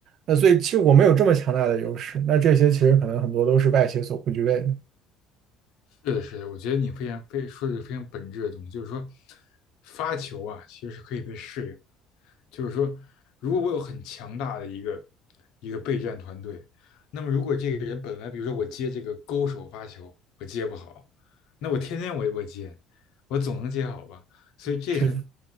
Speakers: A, on the right; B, on the left.
A: 那所以其实我们有这么强大的优势，那这些其实可能很多都是外协所不具备的。
B: 是的，是的，我觉得你非常非说的是非常本质的东西，就是说，发球啊，其实是可以被适应的。就是说，如果我有很强大的一个一个备战团队，那么如果这个人本来，比如说我接这个勾手发球，我接不好，那我天天我我接，我总能接好吧？所以这个
A: 是的，